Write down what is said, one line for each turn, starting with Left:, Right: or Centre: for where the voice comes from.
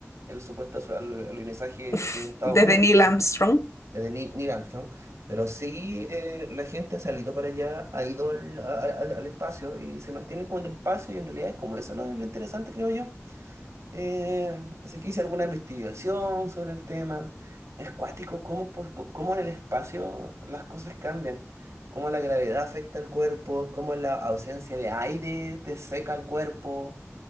Right: el supuesto su- al- alunizaje
Left: <laughs>
Right: de Estados
Left: desde
Right: Unidos,
Left: Neil Armstrong.
Right: desde Ni- Neil Armstrong. Pero sí, eh, la gente ha salido para allá, ha ido al, al- al- al espacio y se mantiene como en el espacio y en realidad es como eso lo, lo interesante, creo yo. Eh, así que hice alguna investigación sobre el tema. Es cuático cómo, po- cómo en el espacio las cosas cambian, cómo la gravedad afecta al cuerpo, cómo la ausencia de aire te seca el cuerpo,